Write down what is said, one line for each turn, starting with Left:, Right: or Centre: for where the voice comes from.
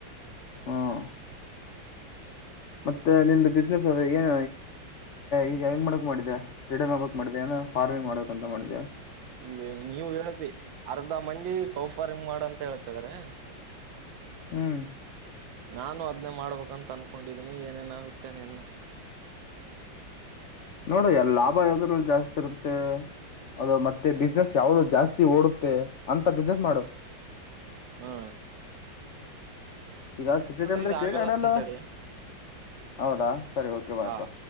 Left: ಹ್ಮ್ ಮತ್ತೆ ನಿಮ್ದ ಬಿಸ್ನೆಸ್ ಅ ಏನ ಈಗ ಹೆಂಗ ಮಾಡಕ್ ಮಾಡಿದೆ ಸ್ಟೇಟ್ ಮಾಡ್ಕ್ ಮಾಡಿದೆ ಏನ ಫಾರ್ಮಿಂಗ್ ಮಾಡ್ಬೇಕಂತ ಮಾಡೇಾ
Right: ಈ ನೀವು ಹೇಳ್ತಿ ಅರ್ಧ ಮಂದಿ ಕೌಫಾರಮ್ ಮಾಡಂತ ಹೇಳ್ತಿ ತಗರ್ಯ
Left: ಹ್ಮ್
Right: ನಾನು ಅದ್ನೇ ಮಾಡ್ಬೇಕಂತ ಅನ್ಕೊಂಡಿದೀನಿ ಏನೇನಾಗುತ್ತೇನೆ ಇನ್ನು
Left: ನೋಡು ಎ ಲಾಭ ಯಾವದ್ರಲ್ಲಿ ಜಾಸ್ತಿ ಇರುತ್ತೆ ಅದು ಮತ್ತೆ ಸ್ ಯಾವ್ದೋ ಜಾಸ್ತಿ ಓಡುತ್ತೆ ಅಂತ ಬಿಸ್ನೆಸ್ ಮಾಡು
Right: ಹಾ
Left: ಈಗ ಕ್ರಿಕೆಟ್ ಆಡಿದ್ರೆ
Right: ಇದೆ
Left: ಕ್ರಿಕೆಟ್
Right: ಆಮೇಲೆ
Left: ಆಡಲ್ಲ
Right: ಹಚ್ತೀನಿ ತಡಿ
Left: ಹೌದಾ ಸರಿ ಓಕೆ ಬಯ್ತು
Right: ಹಾ